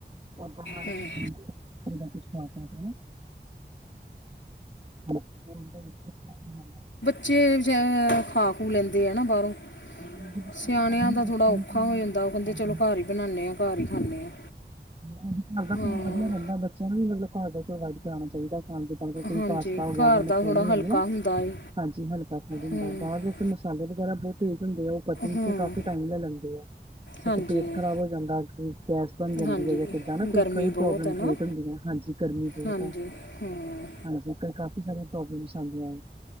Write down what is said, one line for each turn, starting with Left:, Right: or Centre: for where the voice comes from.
Right: ਉਦਾਂ ਹਰ
Left: ਹੂੰ
Right: ਮਹੀਨੇ ਕੁਝ ਨਾ ਕੁਝ ਖਾ ਸਕਦੇ ਆ <unintelligible>
Left: ਜੇ ਜ ਖਾ <unintelligible> ਖੂ ਲੈਂਦੇ ਆ ਨਾ ਬਾਹਰੋਂ,
Right: ਹਾਂਜੀ, ਬੱਚੇ
Left: ਸਿਆਣਿਆਂ
Right: ਤਾਂ ਖਾ ਲੈਂਦੇ
Left: ਦਾ ਥੋੜਾ
Right: ਬੱਚਿਆਂ
Left: ਔਖਾ
Right: ਨੂੰ ਤੇ
Left: ਹੋ ਜਾਂਦਾ, ਉਹ ਕਹਿੰਦੇ
Right: ਹਾਂਜੀ
Left: ਚਲੋਂ ਘਰ ਈ ਨੇ ਆ ਘਰ ਹੀ ਖਾਨੇ ਆ
Right: ਹੂੰ ਘਰ ਦਾ
Left: ਹਾਂ
Right: ਖਾਣਾ ਵਧੀਆ ਰਹਿੰਦਾ, ਬੱਚਿਆਂ ਨੂੰ ਵੀ ਮਤਲਬ ਘਰ ਦਾ ਪ੍ਰੋਵਾਈਡ ਕਰਾਣਾ ਚਾਹੀਦਾ। ਹਾਂਜੀ, ਕੋਈ
Left: ਹਾਂਜੀ
Right: <unintelligible> ਪਾਸਤਾ ਹੋ ਗਿਆ
Left: ਘਰ
Right: ਜਾਂ ਮਕਰੋਨੀ
Left: ਦਾ ਥੋੜਾ
Right: ਹੋ
Left: ਹਲਕਾ
Right: ਗੀ ਨਾ,
Left: ਹੁੰਦਾ ਏ
Right: ਹਾਂਜੀ ਹਲਕਾ ਫੂਡ ਹੁੰਦਾ,
Left: ਹੂੰ
Right: ਬਾਹਰ ਦਾ ਚ ਮਸਾਲੇ ਵਗੈਰਾ ਬਹੁਤ ਤੇਜ਼ ਹੁੰਦੇ ਆ, ਉਹ ਪਚਣ
Left: ਹੂੰ
Right: ਚ ਕਾਫੀ ਟਾਈਮ ਲੈ ਲੈਂਦੇ ਆ,
Left: ਹਾਂਜੀ
Right: ਤੇ ਪੇਟ ਖ਼ਰਾਬ ਹੋ ਜਾਂਦਾ। ਗੈਸ ਬਣ ਜਾਂਦੀ
Left: ਹਾਂਜੀ
Right: ਐ, ਜਾਂ ਕਿੱਦਾਂ ਨਾ ਕੋਈ
Left: ਗਰਮੀ
Right: ਕਈ
Left: ਬਹੁਤ
Right: ਪ੍ਰੋਬਲਮ
Left: ਹੈ ਨਾ
Right: ਕ੍ਰੀਏਟ ਹੁੰਦੀ ਐ, ਹਾਂਜੀ ਗਰਮੀ ਬਹੁਤ
Left: ਹਾਂਜੀ
Right: ਆ।
Left: ਹਾਂ
Right: ਹਾਂਜੀ, ਕਾਫੀ ਸਾਰੀਆਂ ਪ੍ਰੋਬਲਮਸ ਆਦੀਆਂ